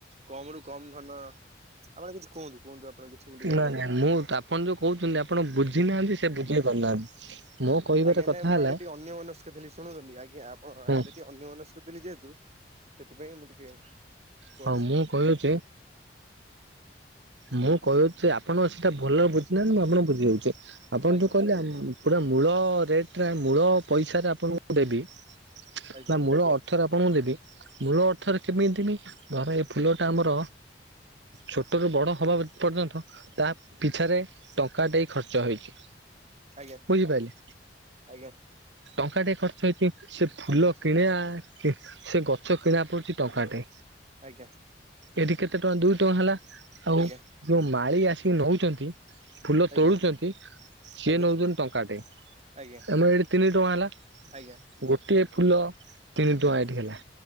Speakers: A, on the right; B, on the right.
A: କମରୁ କମ ଧନ ଆପଣ କିଛି କୁହନ୍ତୁ। କୁହନ୍ତୁ ଆପଣ କିଛି ମୁଁ ଟିକେ
B: ନା
A: ଆଡେ
B: ନା ମୁଁ ଆପଣ ଯୋଉ କହୁଛନ୍ତି ଆପଣ ବୁଝି ନାହାନ୍ତି ସେ ବୁଝେଇ ପାରୁନାହାନ୍ତି। ମୋ କହିବାର
A: ଆଜ୍ଞା
B: କଥା
A: ନାଇଁ ମୁଁ
B: ହେଲା
A: ଆଡେ ଟିକେ ଅନ୍ୟ ମନସ୍କ ଥିଲି। ଶୁଣୁଛନ୍ତି ଆଜ୍ଞା ଆପଣ <unintelligible>
B: ହଁ
A: ଅନ୍ୟମନସ୍କ ଥିଲି ଯେହେତୁ ସେଥିପାଇଁ ମୁଁ ଟିକେ କୁହନ୍ତୁ
B: ହଁ ମୁଁ କହିଅଛି। ମୁଁ କହଛି ଆପଣ ସେଇଟା ଭଲ ବୁଝି ନାହାନ୍ତି। ମୁଁ ଆପଣ ବୁଝି ଦାଉଛି ଆପଣ
A: ଆଜ୍ଞା
B: ଯୋଉ କହିଲେ ପୁରା ମୂଳ ରେଟରେ ମୂଳ ପଇସାରେ ଆପଣଙ୍କୁ ଦେବି
A: ଆଜ୍ଞା
B: ବା ମୂଳ ଅର୍ଥରେ ଆପଣଙ୍କୁ ଦେବି। ମୂଳ ଅର୍ଥରେ କେମିତି ଦେବି ଧର ଏ ଫୁଲଟା ଆମର ଛୋଟରୁୁ ବଡ଼ ହେବା ପର୍ଯ୍ୟନ୍ତ ତା ପିଛାରେ ଟଙ୍କା ଦେଇ ଖର୍ଚ୍ଚ ହୋଇଛି।
A: ଆଜ୍ଞା
B: ବୁଝିପାରିଲେ
A: ଆଜ୍ଞା
B: ଟଙ୍କା ଟିଏ ଖର୍ଚ୍ଚ ହେଇଛି। ସେ ଫୁଲ
A: ଆଜ୍ଞା
B: କିଣିବା ସେ ଗଛ କିଣା ପଡୁଛି ଟଙ୍କାଟେ।
A: ଆଜ୍ଞା।
B: ଏଠି କେତେ ଟଙ୍କା ଦୁଇ ଟଙ୍କା ହେଲା ଆଉ
A: ଆଜ୍ଞା
B: ଯୋଉ ମାଳି ଆସିକି ନଉଛନ୍ତି। ଫୁଲ
A: ଆଜ୍ଞା
B: ତୋଳୁଛନ୍ତି ସିଏ
A: ଆଜ୍ଞା
B: ନେଉଛନ୍ତି ଟଙ୍କାଟେ।
A: ଆଜ୍ଞା
B: ଆମର ଏଇଠି ତିନି ଟଙ୍କା ହେଲା।
A: ଆଜ୍ଞା
B: ଗୋଟିଏ ଫୁଲ ତିନି ଟଙ୍କା ଏଇଠି ହେଲା।